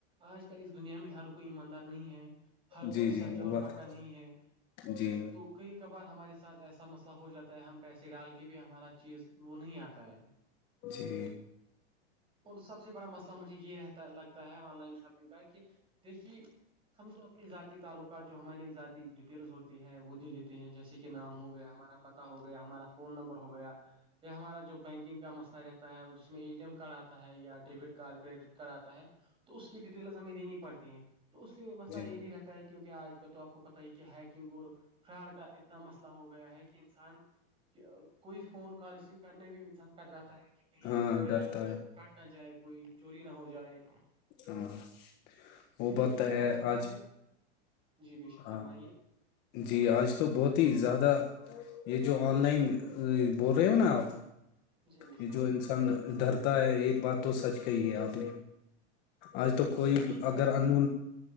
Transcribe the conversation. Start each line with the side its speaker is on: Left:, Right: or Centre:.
Right: آج کل اس دنیا میں ہر کوئی ایماندار نہیں ہے ہر
Left: جی
Right: کوئی
Left: جی
Right: سچا
Left: وہ
Right: اور
Left: بات
Right: پکا نہیں ہے
Left: جی
Right: تو کئی کبھار ہمارے ساتھ ایسا مسئلہ ہو جاتا ہے ہم پیسے ڈال کے بھی ہمارا چیز وہ نہیں آتا ہے
Left: جی
Right: اور سب سے بڑا مسئلہ مجھے یہ رہتا لگتا ہے آن لائن شاپنگ کا کہ دیکھیے ہم تو اپنی ذاتی تعلقات جو ہماری ذاتی ڈیٹیلز ہوتی ہیں وہ دے دیتے ہیں جیسے کہ نام ہو گیا ہمارا پت ہو گیا ہمارا فون نمبر ہو گیا یہ ہمارا جو بینکنگ کا مسئلہ رہتا ہے وہ جس میں اے ٹی ایم کارڈ آتا ہے یا ڈیبٹ کارڈ کریڈٹ کارڈ آتا ہے تو اس کی ڈیٹیلز ہمیں دینی پڑتی ہیں تو اس سے مسئلہ
Left: جی
Right: یہ بھی رہتا ہے کہ کیونکہ آج کل تو آپ کو پتا ہی کہ ہیکنگ اور فراڈ کا اتنا مسئلہ ہو گیا ہے کہ انسان کوئی فون کال ریسیو کرنے میں انسان کدراتا ہے کہ کہیں
Left: ہاں
Right: میرا
Left: ڈرتا
Right: کچھ
Left: ہے
Right: کٹ نہ جائے کوئی چوری نہ ہو جائے
Left: ہاں وہ
Right: یہ
Left: بات
Right: خطرہ
Left: تو ہے
Right: رہتا
Left: آج
Right: جی بے شک
Left: ہاں
Right: فرمائیے
Left: جی آج تو بہت ہی زیادہ یہ جو آن لائن بول رہے ہو نا آپ
Right: جی بے شک
Left: یہ جو انسان ڈرتا ہے ایک بات تو سچ کہی ہے آپ نے آج تو کوئی
Right: یہی بات
Left: اگر
Right: ہے
Left: انون